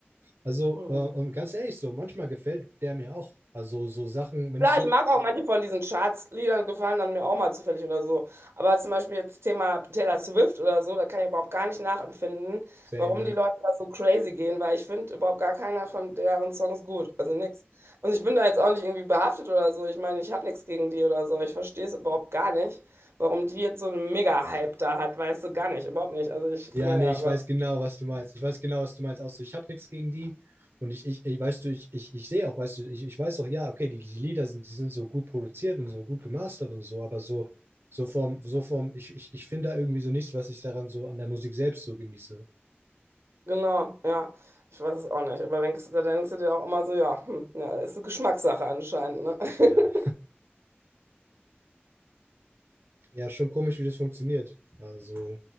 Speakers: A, on the right; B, on the right.
A: Also,
B: Ja.
A: äh, und ganz ehrlich, so, manchmal gefällt der mir auch. Also, so Sachen, wenn
B: Klar,
A: ich so,
B: ich mag auch manche von diesen Charts-Liedern, gefallen dann mir auch mal zufällig oder so. Aber zum Beispiel jetzt Thema Taylor Swift oder so, da kann ich überhaupt gar nicht nachempfinden,
A: same,
B: warum
A: ja.
B: die Leute da so crazy gehen, weil ich finde überhaupt gar keiner von deren Songs gut. Also nix. Und ich bin da jetzt auch nicht irgendwie behaftet oder so. Ich meine, ich habe nichts gegen die oder so. Ich verstehe es überhaupt gar nicht, warum die jetzt so einen Mega-Hype da hat, weißt du, gar nicht, überhaupt nicht. Also ich,
A: Ja,
B: naja,
A: nee, ich
B: aber
A: weiß genau, was du meinst. Ich weiß genau, was du meinst. Auch so, ich habe nichts gegen die. Und ich, ich, ich weißt du, ich, ich, ich sehe auch, weißt du, ich, ich weiß auch, ja, okay, die, die Lieder sind, die sind so gut produziert und so gut gemastert und so, aber so, so vom, so vom, ich, ich, ich finde da irgendwie so nichts, was ich daran so an der Musik selbst so genieße.
B: genau, ja. Ich weiß es auch nicht. Aber denkst, da denkst du dir auch immer so, ja, hm, ja, ist eine Geschmackssache anscheinend, ne? <laughs>
A: Ja. Ja, schon komisch, wie das funktioniert. Also.